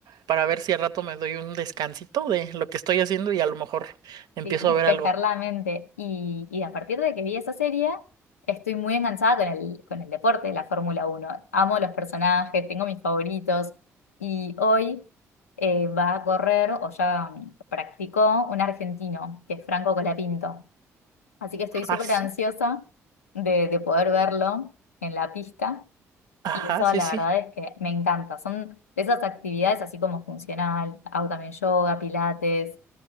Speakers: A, on the right; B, on the left.
A: para ver si al rato me doy un descansito de lo que estoy haciendo y a lo mejor empiezo
B: sí, despejar
A: a ver algo.
B: la mente. Y, y a partir de que vi esa serie, estoy muy enganchada con el, con el deporte, la Fórmula Uno Amo los personajes, tengo mis favoritos. Y hoy eh, va a correr, o ya mm, practicó, un argentino, que es Franco Colapinto. Así que estoy
A: Ajá,
B: súper
A: sí,
B: ansiosa de, de poder verlo en la pista.
A: ajá,
B: Y eso
A: sí,
B: la
A: sí.
B: verdad es que me encanta. Son de esas actividades así como funcional, hago también yoga, pilates